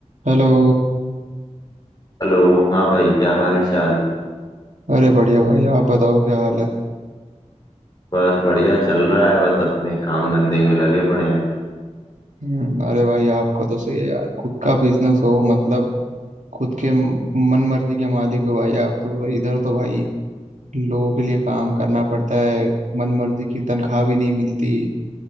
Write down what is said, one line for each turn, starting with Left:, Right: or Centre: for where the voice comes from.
Right: Hello
Left: Hello हाँ भाई क्या हाल चाल
Right: अरे बढ़िया भाई आप बताओ क्या हाल है
Left: बस बढ़िया चल रहा है बस अपने काम धंधे में लगे पड़े हैं
Right: हम्म, अरे भाई आपका तो सही है यार खुद का बिजनेस हो मतलब खुद के मन मर्जी के मालिक हो भाई आप तो भाई इधर तो भाई लोगों के लिए काम करना पड़ता है मन मर्जी की तनख्वाह भी नहीं मिलती